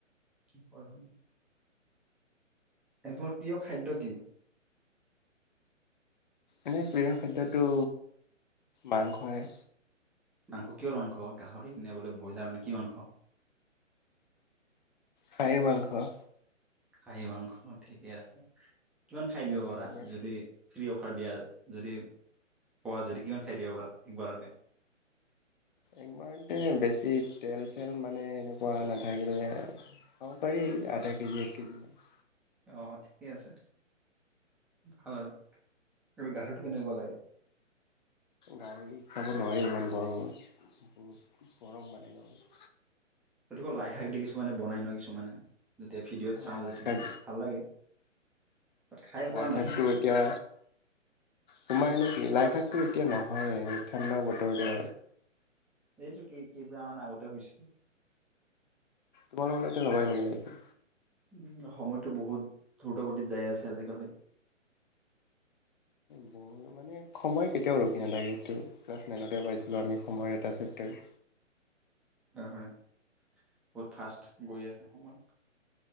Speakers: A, in the centre; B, on the left.
A: হয় এন্তে প্ৰিয় খাদ্য কি?
B: এনেই প্ৰিয় খাদ্যটো মাংসই
A: মাংস কিয়ৰ মাংস গাহৰি নে বোলে ব্ৰইলাৰ নে কি মাংস
B: গাহৰি মাংস
A: খাঁহী মাংস ন ঠিকে আছে কিমান খাই দিব
B: এনে
A: পাৰা
B: তোমাৰ
A: যদি ফ্ৰী অফাৰ দিয়া যদি পোৱা যদি কিমান খাই দিয়িবাৰ একবাৰতে
B: একবাৰতে বেছি তেল চেল মানে তেনেকুৱা নাথাকিলে খাব পাৰি আধা কেজি এক কেজিমান
A: অ ঠিকে আছে ভাল আৰু এই গাহীৰটো কেনেকুৱা লাগে?
B: গাহৰি খাব নোৱাৰি ইমান গৰমত বহুত গৰম মানে গাহৰি
A: গতিকে লাই কিছুমানে বনাই ন কিছুমানে যেতিয়া ভিডিঅ'ত
B: অ
A: চাওঁ
B: লাই
A: যেতিয়া
B: শাক
A: ভাল লাগে খাই পোৱা
B: লাই
A: নাই
B: শাকটো এতিয়া তোমাৰ এনেই কি লাইশাকটো এতিয়া নহয় ঠাণ্ডা বতৰ
A: হয়
B: যে
A: হয় এইটো কি কবামানআগতে হৈছিল
B: তোমালোকৰ তাতে লগাই দিব লাগিব
A: উ সময়টো বহুত দ্ৰুত গতিত যাই আছে আজিকালি
B: ব মানে সময় কেতিয়াও ৰখি নালাগে এইটো ক্লাছ নাইনতে পাইছিলোঁ আমি সময়ৰ এটা চেপটাৰ
A: হয় বহুত ফা্ষষ্ট গৈ আছে সময়